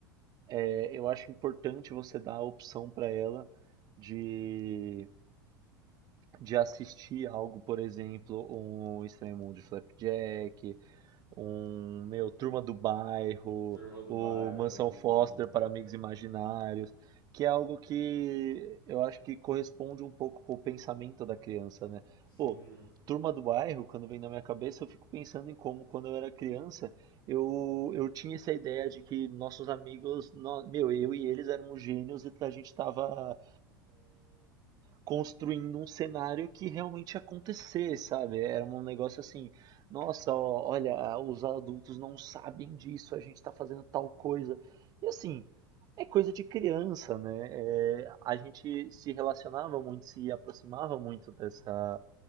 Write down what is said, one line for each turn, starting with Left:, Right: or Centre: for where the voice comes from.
Right: eh, eu acho importante você dar a opção para ela de, de assistir algo, por exemplo, um Estranho Mundo de Flapjack, um, meu, Turma do Bairro,
Left: Turma do
Right: o
Left: Bairro
Right: Mansão
Left: era muito
Right: Foster
Left: bom.
Right: para Amigos Imaginários, que é algo que eu acho que corresponde um pouco com o pensamento da criança, né?
Left: Sim,
Right: Pô, Turma do Bairro, quando vem na minha cabeça, eu fico pensando em como, quando eu era criança, eu, eu tinha essa ideia de que nossos amigos, nó- meu, eu e eles éramos gênios e a gente estava construindo um cenário que realmente ia acontecer, sabe? Era um negócio assim nossa, ó, olha, ah, os adultos não sabem disso, a gente está fazendo tal coisa. E assim, é coisa de criança, né? É, a gente se relacionava muito, se aproximava muito dessa,